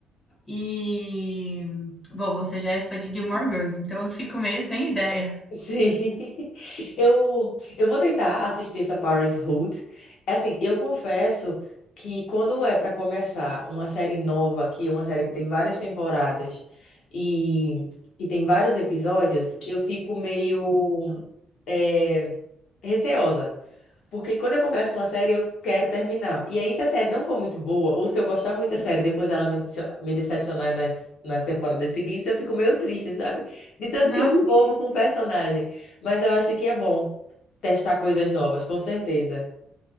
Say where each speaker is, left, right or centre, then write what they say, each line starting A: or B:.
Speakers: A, on the left (about 40°); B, on the left (about 75°).
A: E, bom, você já é fã de Gilmore Girls, então eu fico meio sem ideia.
B: Sim. <laughs> Eu, eu vou tentar assistir essa Parenthood. É Assim, eu confesso que quando é para começar uma série nova, que é uma série que tem várias temporadas e que tem vários episódios, eu fico meio eh, receosa. Porque quando eu começo uma série, eu quero terminar. E aí, se a série não for muito boa, ou se eu gostar muito da série, depois ela me dece- me decepcionar nas, nas temporadas seguintes, eu fico meio triste, sabe? De tanto
A: Nossa,
B: que eu me envolvo com o personagem. Mas eu acho que é bom testar coisas novas, com certeza.